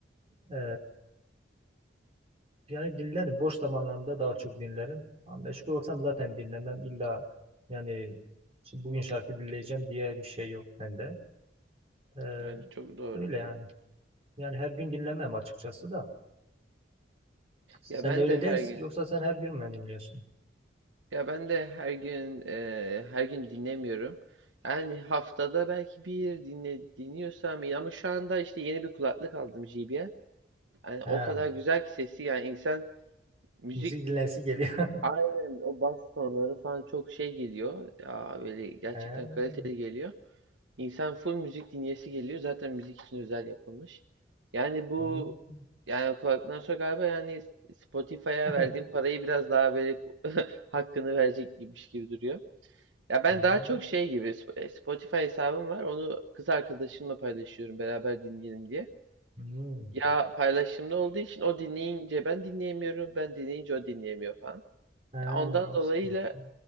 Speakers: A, on the right; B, on the right.
A: E, yani dinlerim boş zamanlarında daha çok dinlerim. Ama meşgul olsam zaten dinlemem illa yani şimdi bugün şarkı dinleyeceğim diye bir şey yok bende. E,
B: Yani çok doğru.
A: öyle yani. Yani her gün dinlemem açıkçası da. Sen
B: Ya ben
A: de öyle
B: de her
A: değil
B: gün
A: yoksa sen her gün mü dinliyorsun?
B: ya ben de her gün e, her gün dinlemiyorum. Yani haftada belki bir dinle dinliyorsam iyi ama şu anda işte yeni bir kulaklık aldım JBL. Yani
A: He,
B: o kadar güzel ki sesi yani insan müzik
A: müzik dinlensi geliyor. <laughs>
B: aynen o bas tonları falan çok şey geliyor. Ya böyle gerçekten
A: He,
B: kaliteli geliyor. İnsan full müzik dinleyesi geliyor. Zaten müzik için özel yapılmış. Yani bu
A: hmm,
B: yani kulaktan sonra galiba yani Spotify'a
A: <laughs>
B: verdiğim parayı biraz daha böyle <laughs> hakkını verecek gibiymiş gibi duruyor. Ya ben
A: he,
B: daha çok şey gibi Sp- Spotify hesabım var. Onu kız arkadaşımla paylaşıyorum beraber dinleyelim diye.
A: hmm.
B: Ya paylaşımlı olduğu için o dinleyince ben dinleyemiyorum, ben dinleyince o dinleyemiyor falan.
A: Ha,
B: Ya Ondan
A: o
B: dolayıyla
A: sıkıntı.